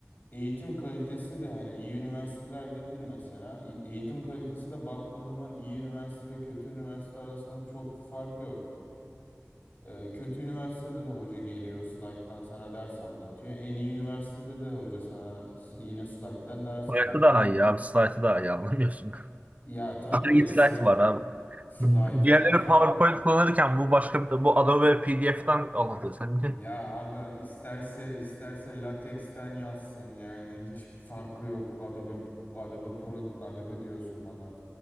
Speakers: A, on the left (about 45°); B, on the right (about 30°).
A: eğitim kalitesi de hani iyi üniversiteler dedin mesela e- eğitim kalitesi de baktığın zaman iyi üniversite ve kötü üniversite arasında çok bir fark yok. E, kötü üniversitede de hoca geliyor slayttan sana ders anlatıyor. En iyi üniversitede de hoca sana s- yine slayttan ders
B: Hayatta
A: anlatıyor.
B: daha
A: Yani,
B: iyi abi. Slide'ı daha iyi anlamıyorsun.
A: ya tabii
B: Bir slide
A: sla,
B: var abi.
A: slaytı
B: Bu Diğerleri
A: daha fa-
B: PowerPoint kullanırken bu başka bir bu Adobe PDF'den alındı sanki.
A: Ya abi isterse isterse lateksten yazsın yani hiçbir farkı yok. Adobe Adobe Pro Adobe diyorsun bana.